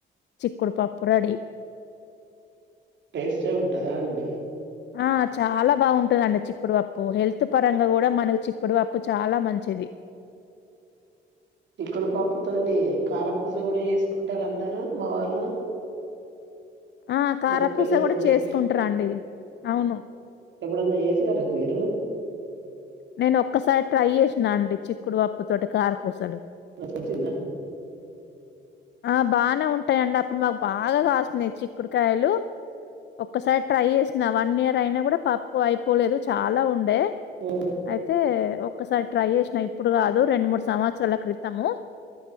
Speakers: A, on the left; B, on the right.
A: చిక్కుడు పప్పు రడి
B: టేస్టే ఉంటందా అండి
A: ఆ చాలా బాగుంటుందండి చిక్కుడుపప్పు హెల్త్ పరంగా కూడా మనకు చిక్కుడుపప్పు చాలా మంచిది
B: చికుడు పప్పుతోనే కారపూస కూడా చేసుకుంటారు అన్నారు మా వాళ్ళు
A: ఆ కారపూస
B: మాకు తెలిసిన
A: కూడా
B: వాళ్ళు
A: చేసుకుంటారండి అవును
B: ఎప్పుడన్నా చేసారా మీరు
A: నేను ఒక్కసారి ట్రై చేసినా అండి చిక్కుడు పప్పు తోటి కారపూసలు
B: మ వచ్చిందా
A: ఆ బానే ఉంటాయిండి అప్పుడు మాకు బాగా కాస్తున్నాయి చిక్కుడుకాయలు ఒక్కసారి ట్రై చేసిన వన్ ఇయర్ అయినా కూడా పప్పు అయిపోలేదు చాలా ఉండేది
B: ఉమ్,
A: అయితే ఒక్కసారి ట్రై చేసిన ఇప్పుడు కాదు రెండు మూడు సంవత్సరాల క్రితము